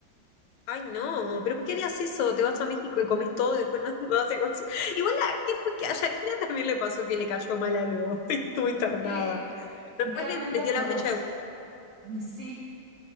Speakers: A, on the left (about 85°); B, on the right (about 55°).
A: Ay, no, pero ¿por qué harías eso? Te vas a México y comes todo y después no, <laughs> no haces concierto. Igual, ¿a ¿qué fue que a Shakira también le pasó que le cayó mal algo <laughs> y estuvo internada?
B: Sí,
A: Después
B: realmente
A: les, les
B: a
A: dio
B: todos.
A: la fecha de vuelta.
B: Y sí.